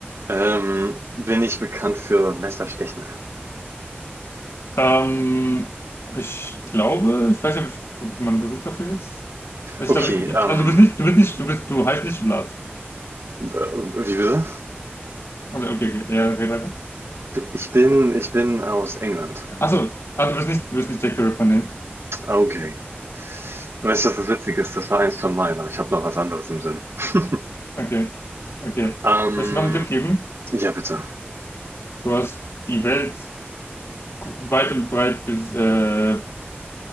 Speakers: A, on the right (about 80°); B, on the left (about 85°).
A: Ähm, bin ich bekannt für Messerstechen?
B: Ähm, ich glaube, ich weiß nicht, ob ich- ob man berühmt dafür ist. Ich
A: Okay,
B: glaube, ich, ich-
A: ähm,
B: also du bist nicht, du bist nicht, du bist, du heißt nicht Vlad.
A: w- wie bitte?
B: Also, okay, okay, ja, okay, weiter.
A: Ich bin, ich bin aus England.
B: Achso, ah, du bist nicht, du bist nicht Jack the Ripper, nee.
A: Okay. Weißt du, was das Witzige ist? Das war eins von meinen, aber ich habe noch was anderes im Sinn. <laughs>
B: Okay, okay.
A: Ähm,
B: Soll ich dir noch einen Tipp geben?
A: ja, bitte.
B: Du hast die Welt gu- weit und breit bis, äh,